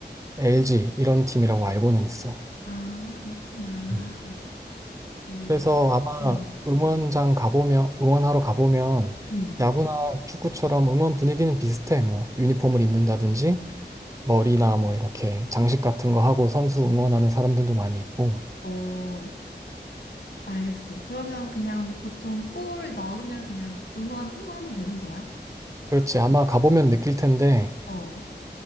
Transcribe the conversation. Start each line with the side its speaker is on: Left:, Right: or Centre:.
Right: LG 이런 팀이라고 알고는 있어.
Left: 아, 그렇구나.
Right: 음.
Left: 오,
Right: 그래서 아마
Left: 음,
Right: 응원장 가보면, 응원하러 가보면
Left: 음.
Right: 야구나 축구처럼 응원 분위기는 비슷해. 뭐 유니폼을 입는다든지 머리나 뭐 이렇게 장식 같은 거 하고 선수 응원하는 사람들도 많이 있고.
Left: 어, 알겠어. 그러면 그냥 보통 골 넣으면 그냥 응원 우 하면 되는 거야?
Right: 그렇지. 아마 가보면 느낄 텐데
Left: 어,